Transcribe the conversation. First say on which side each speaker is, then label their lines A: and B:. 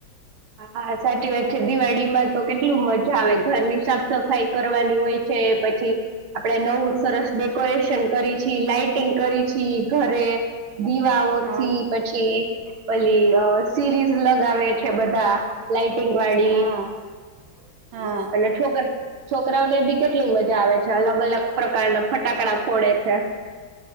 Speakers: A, on the right (about 80°); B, on the right (about 70°).
A: હા સાચી વાત છે દિવાળી માં તો કેટલું મજા આવે ઘરની સાફ સફાઈ કરવાની હોય છે પછી આપડે નવું સરસ ડેકોરેશ કરી લાઈટિંગ કરી છે ઘરે દીવાઓથી
B: હા
A: પછી પલી સીરીઝ લગાવે છે બધા લાાઈટિંગ વાળી
B: હા હા
A: અને છોકરા છોકરાઓને બી કેટલી મજા આવે છે અલગ અલગ પ્રકારના ફટાકડા ફોડે અચ્છા